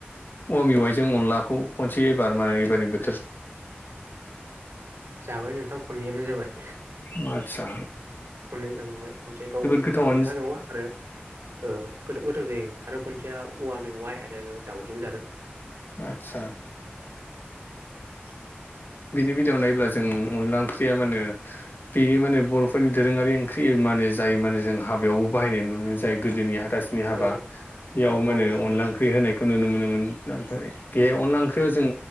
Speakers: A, on the left; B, on the right.
A: औवा मेवाइजों अनलाखौ खनसे एबार मा होनो एबारनि बो
B: जाबाय नोंथां खननैयानो जाबाय
A: अ आतसा
B: खननैयानो जाखांबाय खनसे गावबो जायो
A: गोथावानो
B: अनला मेवआ आरो ओ गोथ - गोथाव जायो आरो खनसेया औवा मेवाइ आरो दाउजों जादों
A: आदसा
B: <inaudible>
A: बिनि बेलायाव नायोब्ला जों अनला ओंख्रिया मा होनो बेयो मानो बर'फोरनि दोरोङारि ओं ख्रि मानो‌ जाय मानो जों हाबायावबो बाहायनाय नुनो जाय गोदोनि हा तासनि हाबा
B: ओ
A: इयाव
B: औ
A: मा होनो
B: नोंथां
A: अनला ओंख्रि होनायखो नुनो मोनोमोन दा ओमफ्राय बे
B: उम
A: अनला ओंख्रियाव जों